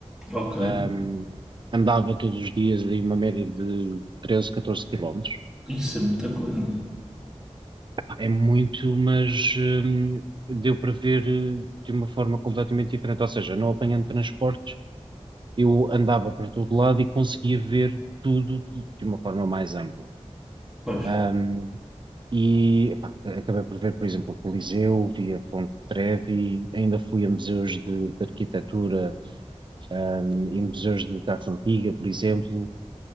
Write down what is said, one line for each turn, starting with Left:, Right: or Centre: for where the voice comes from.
Centre: Ok.
Right: Um, andava todos os dias em uma média de 13, 14 quilómetros.
Centre: Isso é muita coisa.
Right: É muito, mas um, deu para ver eh, de uma forma completamente diferente. Ou seja, não apanhando transportes, eu andava para todo lado e conseguia ver tudo de de uma forma mais ampla.
Centre: Pois.
Right: Um, e pá, acabei por ver, por exemplo, o Coliseu, vi a Fonte Trevi, ainda fui a museus de, de arquitetura, um, e museus de, de arte antiga, por exemplo.